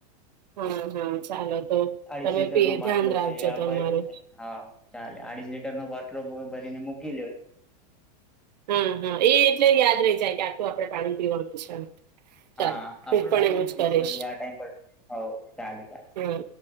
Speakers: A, on the right; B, in the centre.
A: હા હા ચાલો તો
B: અડીસ
A: તમે
B: લીટર
A: પી
B: નો બાટલો
A: ધ્યાન રાખજો
B: છે આ
A: તમારું
B: ભય હા ચાલે અડીસ લીટર નો બાટલો ભરીને મૂકી લેવા
A: હમ હમ એ એટલે યાદ રહી જાય કે આટલુ આપડે પાણી પીવાનું છે.
B: હા
A: ચાલો હું
B: આપણો
A: પણ
B: ટાઈમીગ
A: એવું જ
B: ફીક્સ
A: કરીશ
B: રહી જાય આ ટાઈમ પર અ ચાલે ચા
A: હા